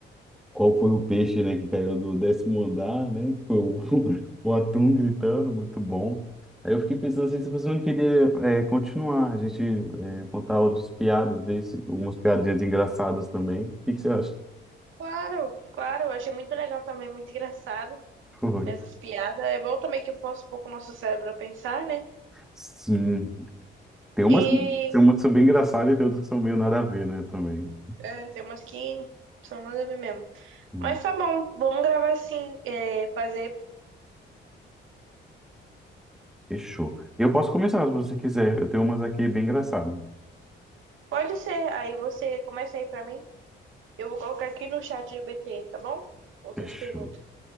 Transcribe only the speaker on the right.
Claro, claro, eu achei muito legal também, muito engraçado
essas piadas. É bom também que força um pouco o nosso cérebro a pensar, né?
E
é, tem umas que são nada a ver mesmo.
Mas tá bom, vamos gravar assim, é, fazer.
Pode ser, aí você começa aí pra mim. Eu vou colocar aqui no chat G B T, tá bom? Outras
perguntas.